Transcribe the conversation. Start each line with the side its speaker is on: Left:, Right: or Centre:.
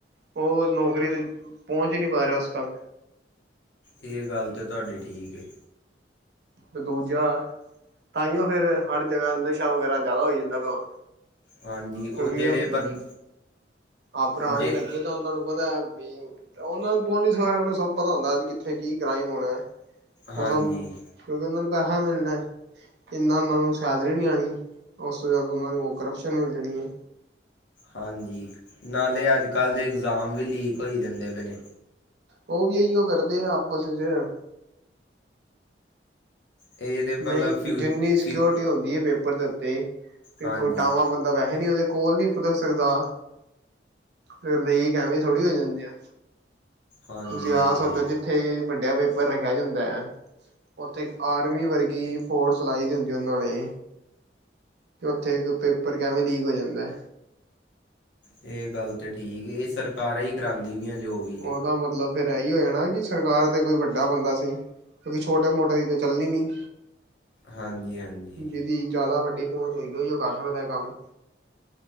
Right: ਉਹ ਨੌਕਰੀ ਤੇ ਪਹੁੰਚ ਹੀ ਨਹੀਂ ਪਾ ਰਿਹਾ ਉਸ ਤੱਕ।
Left: ਇਹ ਗੱਲ ਤਾਂ ਤੁਹਾਡੀ ਠੀਕ ਏ।
Right: ਤੇ ਦੂਜਾ, ਤਾਂ ਈਓ ਫੇਰ ਹਰ ਜਗ੍ਹਾ ਨਸ਼ਾ ਵਗੈਰਾ ਜ਼ਿਆਦਾ ਹੋ ਜਾਂਦਾ ਹੁਣ।
Left: ਹਾਂਜੀ ਉਹ
Right: ਕਿਉਂਕਿ
Left: ਜਿਹੜੇ
Right: ਅ,
Left: ਬੰ
Right: ਆਪ ਪੁਰਾਣੇ
Left: ਜੇ
Right: ਲੱਗੇ ਤਾਂ ਉਹਨਾਂ ਨੂੰ ਪਤਾ ਵੀ ਉਹਨਾਂ ਪੁਲਿਸ ਵਗੈਰਾ ਨੂੰ ਸਭ ਪਤਾ ਹੁੰਦਾ ਕਿੱਥੇ ਕੀ ਕ੍ਰਾਈਮ ਹੋਣਾ। ਉਹ
Left: ਹਾਂਜੀ
Right: ਸਭ ਕਿਉਂਕਿ ਉਹਨਾਂ ਨੂੰ ਪੈਹਾ ਮਿਲਨਾ। ਇੰਨਾਂ ਉਹਨਾਂ ਨੂੰ ਸੈਲਰੀ ਨੀ ਆਣੀ। ਉਸ ਤੋਂ ਜਦ ਉਹਨਾਂ ਨੂੰ ਉਹ ਕਰਪਸ਼ਨ ਮਿਲ ਜਾਣੀ ਏ।
Left: ਹਾਂਜੀ। ਨਾਲੇ ਅੱਜ-ਕੱਲ੍ਹ ਦੇ ਇਗਜ਼ਾਮ ਵੀ ਲੀਕ ਹੋਈ ਜਾਂਦੇ ਪੇ ਨੇ।
Right: ਉਹ ਵੀ ਇਹੀਓ ਕਰਦੇ ਆ ਆਪਸ 'ਚ।
Left: ਇਹਦੇ ਮਤਲਬ
Right: ਨਈ
Left: ਫਿਊ
Right: ਜਿੰਨੀ ਸਕਿਓਰਟੀ
Left: ਫਿ
Right: ਹੁੰਦੀ ਏ ਪੇਪਰ ਦੇ, ਉੱਤੇ ਤੇ
Left: ਹਾਂਜੀ
Right: ਕੋਈ ਟਾਵਾਂ ਬੰਦ ਦਾ ਵੈਹੇ ਨੀ ਉਹਦੇ ਕੋਲ ਨੀ ਫੁਦਕ ਸਕਦਾ। ਫੇਰ ਲੀਕ ਐਵੇਂ ਈ ਥੋੜ੍ਹੀ ਹੋ ਜਾਂਦੇ ਆ,
Left: ਹਾਂਜੀ
Right: ਤੁਸੀਂ ਆਪ
Left: ਹਾਂਜੀ
Right: ਸੋਚੋ ਜਿੱ ਥੇ ਵੱਡਾ ਪੇਪਰ ਰੱਖਿਆ ਜਾਂਦਾ ਐ, ਉੱਥੇ ਆਰਮੀ ਵਰਗ ਗੀ ਫੋਰਸ ਲਾਈ ਦੀ ਹੁੰਦੀ ਆ ਉਹਨੇ। ਤੇ ਉੱਥੇ ਇੱਕ ਪੇਪਰ ਕਿਵੇਂ ਲੀਕ ਹੋ ਜਾਂਦਾ ਐ।
Left: ਇਹ ਗੱਲ ਤਾਂ ਠੀਕ, ਇਹ ਸਰਕਾਰਾਂ ਈ ਕਰਾਂਦੀ ਵੀ ਆ ਜੋ ਵੀ
Right: ਉਹਦਾ
Left: ਹੈ
Right: ਮਤਲਬ ਫੇਰ ਐਈ ਉ ਆ ਨਾ ਕਿ ਸਰਕਾਰ ਤੇ ਕੋਈ ਵੱਡਾ ਬੰਦਾ ਸੀ। ਕਿਉਂਕਿ ਛੋ-ਟੇ ਮੋਟੇ ਦੀ ਤਾਂ ਚੱਲਣੀ ਨੀ।
Left: ਹਾਂਜੀ ਹਾਂਜੀ
Right: ਜਿਹਦੀ ਜ਼ਿਆਦਾ ਵੱਡੀ ਪਹੁੰਚ ਹੋਏਗੀ ਉਹ ਈ ਕਰ ਸਕਦਾ ਐ ਕੰਮ।